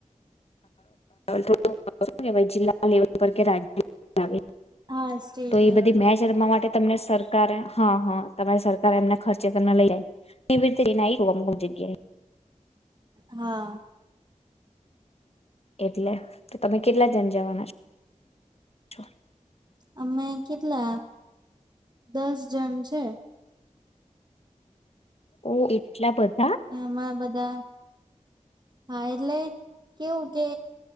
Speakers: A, on the left; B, on the right.
A: થો જિલ્લા લેવલ પર કે રાજ્ય
B: હા સ્ટેટ
A: તો
B: લેવલ
A: એ બધી મેચ
B: પર
A: રમવા માટે તમને સર સર હા હા તમારે સરકાર એમના ખર્ચે તો ન લઈ જાય કેવી રીતે એને અમકુક જગ્યાએ
B: હા
A: એટલે તો તમે કેટલા જણ જવાના છો
B: અમે કેટલા દસ જન છે
A: ઓ એટલા બધા
B: એમાં બધા ા હા એટલે કેવું કે